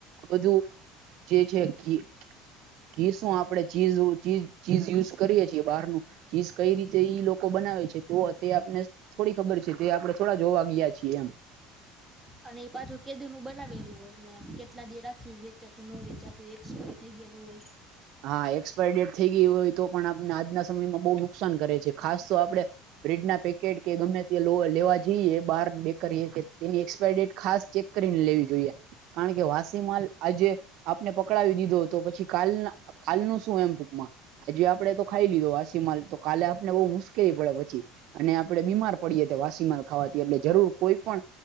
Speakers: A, on the right; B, in the centre.
A: બધું જે છે ઘી ઘી શું આપડે ચીજ ચીજ ચીઝ યુઝ કરીએ છીએ બહારનું ચીઝ કઈ રીતે ઈ લોકો બનાવે છે તો તે આપને થોડી ખબર છે તે આપડણે થોડા જોવા ગયા છીએ એમ.
B: અને એ પાછું કેદી નું બનાવેલું હોય ને કેટલા દે રાખ્યું વેચાતું નુ વેચાતું એક્સપાયર થઈ ગયેલું હોય.
A: હા! બ્રેડના પેકેટ કે ગમે તે લોલ લેવા જયે બાર બેકરીએ કે એની એક્સપાયર ડેટ ખાસ જો પને લેવી જોઈએ કારણ કે વાસી માલ આજે આપને પકડાવી દીધો તો પછી કાલના કાલ નું શું એમ ટૂંકમાં? હજી આપડે તો ખાઈ લીધો વાસીમાલ તો કાલે આપને બહુ મુશ્ લી પડે પછી અને આપડે બીમાર પડીએ વાસી માર ખાવાથી એટલે જરૂર કોઈ પણ